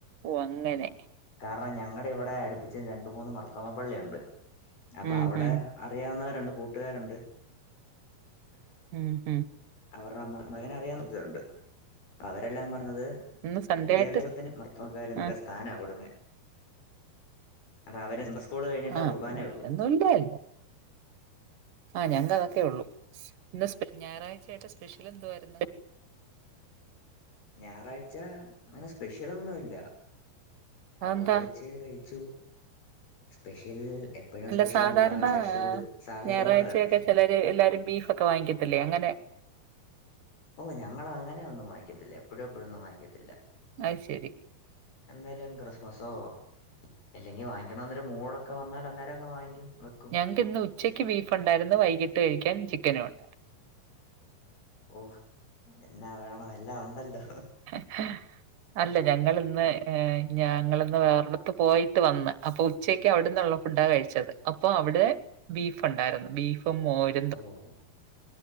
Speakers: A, on the right; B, on the left.
A: ഓഹ് അങ്ങനെ
B: കാരണം ഞങ്ങടെ ഇവിടെ അടുപ്പിച്ച് രണ്ട് മൂന്ന് മർത്തോമ പള്ളിയുണ്ട് അപ്പൊ
A: ഉം
B: അവ്ടെ
A: ഉം
B: അറിയാവുന്നവരുണ്ട് കൂട്ടുകാരുണ്ട് <inaudible>
A: ഉം മ്ഹ്
B: അവരുടെ അമ്മമാര് അങ്ങനെ അറിയാവുന്ന കൊറച്ചു പേരുണ്ട് അപ്പ അവരെല്ലാം പറഞ്ഞത്
A: ഇന്ന് സൺഡേ
B: എ വിദ്യാഭ്യാസത്തിന്
A: ആയിട്ട്
B: മർത്തോമാക്കാര് നല്ല
A: ആഹ്
B: സ്ഥാനാ കൊടുന്നേ അത് അവര് ഇന്റെർ സ്കോട് കഴിഞ്ഞിട്ടേ
A: ആഹ്
B: കുർബാനയുള്ളു
A: <unintelligible> ആഹ് ഞങ്ങ അതക്കെ ഉള്ളൂ സ് ഇന്ന് സ്പെ ഞാറാഴ്ചയായിട്ട് സ്പെഷ്യൽ എന്തുവാരുന്നു.
B: ഞാറാഴ്ച അങ്ങന സ്പെഷ്യലൊന്നുല്ല
A: അതെന്താ
B: ഒള്ളത് വെച്ച് കഴിച്ചു സ്പെഷ്യൽ എ എപ്പഴും
A: അല്ല
B: സ്പെഷ്യലുണ്ടാവാൻ
A: സാധാരണ
B: സ്പെഷ്യൽ സാഹര്യങ്ങള്
A: ഞായറാഴ്ചയൊക്കെ
B: വരണ്ടേ
A: <unintelligible> എല്ലാരും ബീഫൊക്കെ വാങ്ങിക്കത്തില്ലേ അങ്ങനെ
B: ഓഹ് ഞങ്ങളങ്ങനെ ഒന്നും വാങ്ങിക്കത്തില്ല എപ്പഴും എപ്പഴൊന്നും വാങ്ങിക്കത്തില്ല
A: അയ് ശെരി
B: എന്തേലും ക്രിസ്മസോ അല്ലെങ്കി വാങ്ങിക്കണോന്ന് ഒരു മൂടൊക്കെ വന്നാൽ അന്നേരം അങ്ങ് വാങ്ങിക്കും വെക്കും
A: ഞങ്ങക്കിന്ന് ഉച്ചയ്ക്ക് ബീഫ് ഒണ്ടായിരുന്നു വൈകിട്ട് കഴിക്കാൻ ചിക്കനും ഒണ്ട്
B: ഓഹ് എന്നാ വേണം എല്ലാം ഒണ്ടല്ലോ
A: <unintelligible> അല്ല ഞങ്ങള്ന്ന് ഏഹ് ഞങ്ങളിന്ന് വേറൊരിടത്ത് പോയിട്ട് വന്ന് അപ്പൊ ഉച്ചെക്ക് അവിടെന്നൊള്ള ഫുഡാ കഴിച്ചത് അപ്പോ അവിടെ ബീഫൊണ്ടായിരുന്നു ബീഫും മോര്
B: ഓഹ്